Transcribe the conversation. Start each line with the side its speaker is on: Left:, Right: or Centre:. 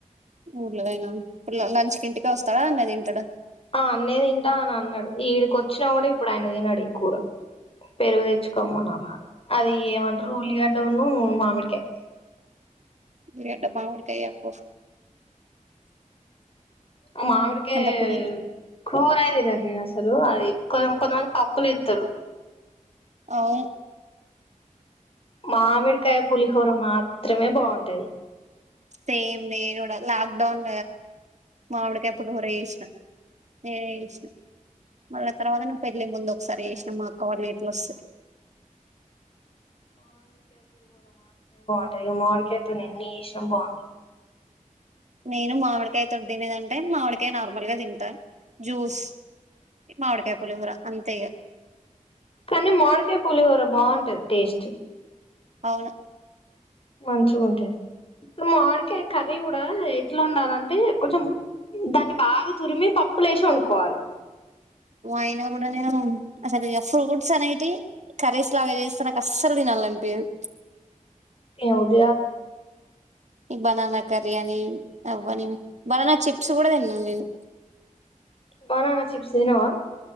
Right: ఊర్లోయేన ఇప్పు లంచ్కి ఇంటికి వస్తాడా అడ్నే తింటాడా
Left: ఆ ఆడ్నే తింటా అని అన్నాడు ఈడికొచ్చినా కూడా ఇప్పుడు ఆయన తినడు ఈ కూర పెరుగు తెచ్చుకోమ్మన్నాళ అది ఏమంటారు ఉల్లిగడ్డను మామిడికాయ్
Right: గడ్డమామిడికాయా అప్పు
Left: ఆ మామిడికాయ్
Right: అంత పుల్ల
Left: కూరే తినను నేన్ అసలు అది కొ కొంతమంది పప్పులు ఇస్తారు.
Right: అవును
Left: మామి కాయ పలిహర మాత్ చిత్రమే బాగుంటది
Right: సేమ్ నేను కూడా లాక్డౌన్ మామిడికి ఎప్పుడు కూర చేసినా నేనే చేసినా మళ్ళీ తర్వాత ను్ పెళ్లి ముందు ఒకసారి చేసినా మా అక్క వాళ్ళ వీట్ల వస్తే
Left: అంట మడిక అతు న ఎన్ని ఇష్టం బాగుండ
Right: నేను మామిడికాయతో తినేదంటే మామిడికాయ నార్మల్గా తింటాను జ్యూస్ మామిడికాయ పులిహోర అంతే ఇక
Left: కానీ మాోడికాయ పులిహోర బాగుంటది టేస్ట్
Right: అవును
Left: అంచి ూంటాయి మామిడిక కర్రీ కూడా ఎట్లా ఉండాలంటే కొంచెం దాన్ని బాగా తురిమి పప్పు లేసి వండుకోవాలి
Right: అయినా కూడా నేను అసలు ఇ ఫ్రూట్స్ అనేటి కరీస్ లాగా చేస్తా నాక అస్సలు తిని అనిపించదు
Left: ఏ ఉద
Right: ఈ బనానా కర్యానీ అవ్వని బనానా చిప్స్ కూడా తిన్నాను నేను
Left: బననా చిప్స్ ఏనావా